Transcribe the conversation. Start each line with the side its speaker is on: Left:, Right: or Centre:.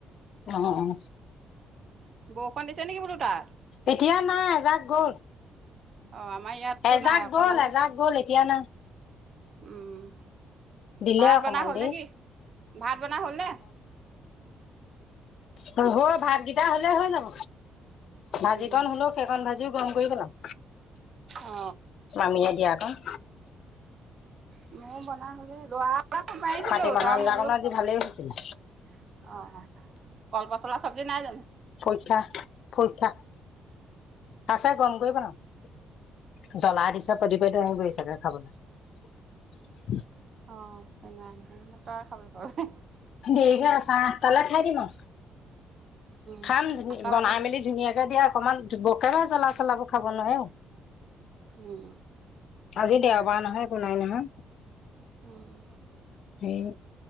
Left: অ- অ -অ,
Right: বৰষুণ দিছে নেকি বোলো তাত?
Left: এতিয়া নাই এজাক গ'ল ।
Right: অ আমাৰ ইয়াততো
Left: এজাক
Right: নাই অকণমান
Left: গ'ল,
Right: দেই।
Left: এজাক গ'ল এতিয়া নাই।
Right: উম,
Left: দিলে
Right: ভাত
Left: অকমান
Right: বনোৱা হ'ল
Left: দেৰি।
Right: নেকি? ভাত বনোৱা হ'ল নে?
Left: হল আৰু ভাত কেইটা হ'লে হৈ যাব। ভাজিকন
Right: উম
Left: হলেও সেইখন ভাজিও গৰম কৰি পেলাম
Right: অ
Left: মামীয়ে দিয়াকন।
Right: <unintelligible>
Left: মাটিমাহৰ আঞ্জাকণো আজি ভালেই হৈছিলে।
Right: কলপচলা চব্জি নাই জানো?
Left: <unintelligible>
Right: অহ, এঙা, তই খাবলৈ পাবি,
Left: এই দিয়া চাহ আঠটালে খাই দিম আৰু।
Right: উম
Left: খাম ধুনী
Right: আঠটা
Left: বনাই
Right: বাজি গ'ল।
Left: মেলি ধুনীয়াকে এতিয়া অকমান, বকাহে জ্বলা- চলাবোৰ খাব নোৱাৰে ।
Right: উম,
Left: আজি দেওবাৰ নহয় । বনাম নহয়,
Right: উম
Left: এই